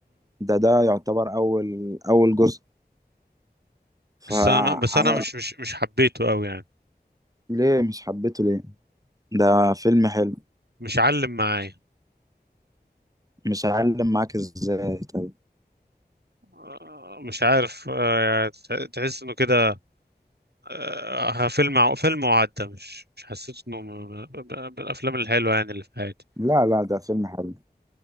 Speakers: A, on the right; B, on the right.
A: ده ده يعتبر اول اول جزء فعمل
B: بس انا بس انا مش مش مش حبيته قوي يعني
A: ليه مش حبيته ليه ده فيلم حلو
B: مش علم معايا
A: مش هعلم معاك ازاي طيب
B: آه، مش عارف آه، يعني تح- تحس انه كده آه، فيلم ع- فيلم وعدى مش مش حسيت انه من من الافلام الحلوه يعني اللي في حياتي
A: لا لا ده فيلم حلو